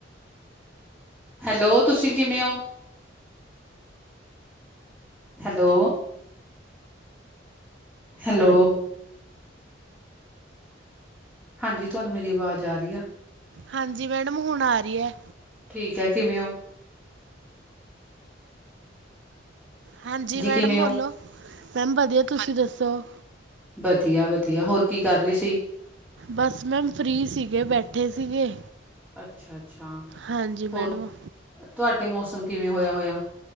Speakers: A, in the centre; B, on the right.
A: ਹੈਲੋ, ਤੁਸੀਂ ਕਿਵੇਂ ਹੋ? ਹੈਲੋ। ਹੈਲੋ। ਹਾਂਜੀ, ਤੁਹਾਨੂੰ ਮੇਰੀ ਆਵਾਜ਼ ਆ ਰਹੀ ਆ।
B: ਹਾਂਜੀ ਮੈਡਮ, ਹੁਣ ਆ ਰਹੀ ਏ।
A: ਠੀਕ ਏ, ਕਿਵੇਂ ਹੋ।
B: ਹਾਂਜੀ ਮੈਡਮ,
A: ਕਿਵੇਂ
B: ਬੋਲੋਂ
A: ਹੋ?
B: ਮੈਮ ਵਧੀਆਂ। ਤੁਸੀਂ ਦੱਸੋ?
A: ਵਧੀਆਂ-ਵਧੀਆਂ। ਹੋਰ ਕੀ ਕਰ ਰਹੀ ਸੀ।
B: ਬਸ ਮੈਮ ਫਰੀ ਸੀਗੇ ਬੈਠੇ ਸੀਗੇ।
A: ਅੱਛਾ ਅੱਛਾ।
B: ਹਾਂਜੀ
A: ਹੋਰ
B: ਮੈਡਮ
A: ਤੁਹਾਡੇ ਮੌਸਮ ਕਿਵੇਂ ਹੋਇਆ ਹੋਇਆ।